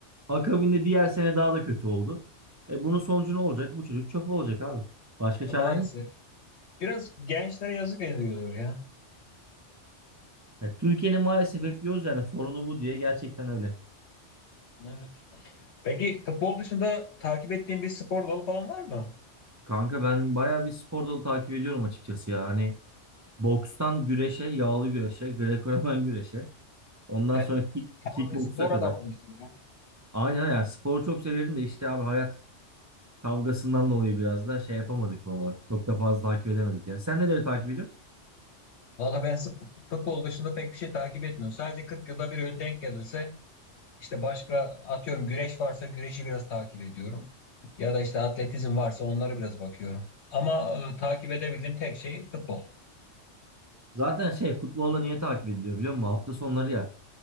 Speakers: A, on the right (about 25°); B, on the left (about 70°).
A: Akabinde diğer sene daha da kötü oldu. E bunun sonucu ne olacak? Bu çocuk çöp olacak abi. Başka
B: Ya,
A: çare
B: maalesef.
A: yok.
B: Biraz gençlere yazık ediliyor ya.
A: Ya Türkiye'nin maalesef hep diyoruz yani sorunu bu diye gerçekten öyle.
B: Evet. Peki futbol dışında takip ettiğin bir spor dalı falan var mı?
A: Kanka ben bayağı bir spor dalı takip ediyorum açıkçası ya. Hani bokstan güreşe, yağlı güreşe, Grekoromen güreşe. Ondan
B: Sen
A: sonra kick,
B: tamamen
A: kickboksa
B: spor
A: kadar.
B: adamıymışsın ya.
A: Aynen ya sporu çok severim de işte abi hayat kavgasından dolayı biraz da şey yapamadık bu aralar. Çok da fazla takip edemedik ya. Sen neleri takip ediyorsun?
B: Valla ben sp- futbol dışında pek bir şey takip etmiyorum. Sadece 40 yılda bir öyle denk gelirse işte başka atıyorum güreş varsa güreşi biraz takip ediyorum. Ya da işte atletizm varsa onlara biraz bakıyorum. Ama e, takip edebildiğim tek şey futbol.
A: Zaten şey futbolla niye takip ediliyor biliyor musun? Hafta sonları ya.